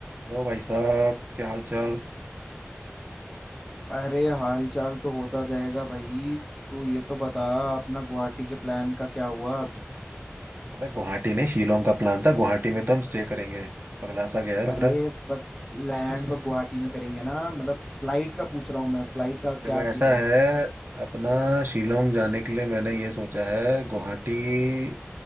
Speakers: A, on the right; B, in the centre.
A: Hello भाई साहब क्या हाल चाल
B: अरे हाल चाल तो होता जाएगा भाई तू ये तो बता अपना गुवाहाटी के प्लान का क्या हुआ अभी
A: अबे गुवाहाटी नहीं शिलोंग का प्लान था गुवाहाटी में तो हम स्टे करेंगे पगला सा गया है
B: अरे
A: लग रहा
B: बट लैंड
A: है।
B: तो गुवाहाटी में करेंगे ना मतलब फ्लाइट का पूछ रहा हूँ मैं फ्लाइट
A: <laughs>
B: का क्या
A: देखो ऐसा
B: सीन है
A: है अपना शिलोंग जाने के लिए मैंने ये सोचा है गुवाहाटी